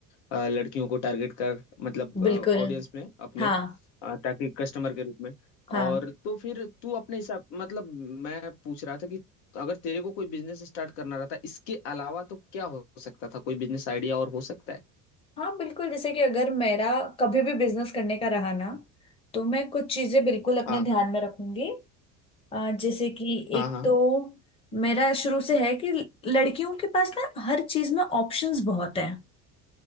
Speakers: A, on the left; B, on the left.
A: अ, लड़कियों को टारगेट कर मतलब
B: बिल्कुल
A: ऑडियंस में अपने
B: हाँ
A: अ, ताकि कस्टमर के रूप में
B: हाँ
A: और तो फिर तू अपने हिसाब मतलब मैं पूछ रहा था कि अगर तेरे को कोई बिजनेस स्टार्ट करना रहता इसके अलावा तो क्या हो सकता था कोई बिजनेस आइडिया और हो सकता है
B: हाँ बिल्कुल जैसे कि अगर मेरा कभी भी बिजनेस करने का रहा ना तो मैं कुछ चीजें बिल्कुल अपने
A: हाँ
B: ध्यान में रखूंगी अ, जैसे कि
A: हाँ
B: एक
A: हाँ
B: तो मेरा शुरू से है कि लड़कियों के पास ना हर चीज में ऑप्शंस बहुत हैं